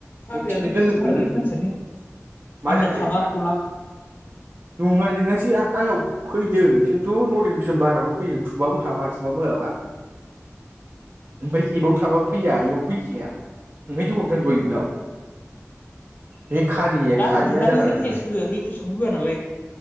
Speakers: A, on the left (about 35°); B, on the right (about 45°).
A: साख्रिया
B: अरसि
A: नों
B: जोबजानो
A: बुजिथारालै
B: लुुगैदो नों
A: मानसियानो
B: मा
A: आंना
B: जाखो
A: थाङा
B: जेनेबा
A: खला
B: नङा नोंहासो आ आंनाव फैदों खिन्थु नटिफिकेसन बारायावल फैयो थुबाबो हाबा थुबाबो हाबा। ओमफ्राय एबाव थाबाबो फैया एयावबो फैखिया ओंखायनोथ हरदों दहय नोंनाव। बे खारिए
A: गारहरजोबनानै
B: खारिया जालाबायजोबबाय
A: रिफ्रेस होआ रिफ्रेसखौनो होआ नालाय